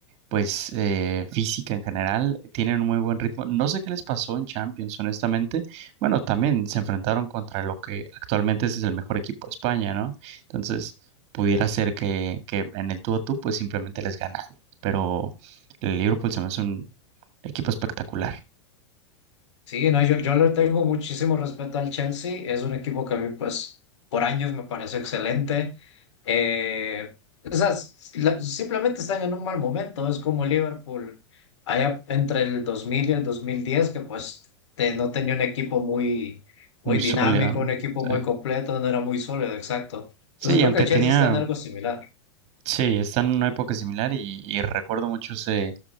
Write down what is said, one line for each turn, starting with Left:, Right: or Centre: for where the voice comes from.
Right: pues eh, física en general, tienen un muy buen ritmo. No sé qué les pasó en Champions, honestamente. Bueno, también se enfrentaron contra lo que actualmente es el mejor equipo de España, ¿no? Entonces, pudiera ser que, que en el tú a tú, pues simplemente les ganaron. Pero el Liverpool se me hace un equipo espectacular,
Left: Sí, no, yo, yo le tengo muchísimo respeto al Chelsea. Es un equipo que a mí, pues, por años me pareció excelente. Eh, esas, la- simplemente están en un mal momento. Es como Liverpool, allá entre el 2000 y el 2010, que pues te- no tenía un equipo muy, muy
Right: muy
Left: dinámico,
Right: sólido, ¿no?
Left: un equipo
Right: Sí,
Left: muy completo, no era muy sólido, exacto. Entonces
Right: Sí, y
Left: creo
Right: aunque
Left: que el Chelsea
Right: tenía
Left: está en algo similar.
Right: Sí, está en una época similar y, y recuerdo mucho ese,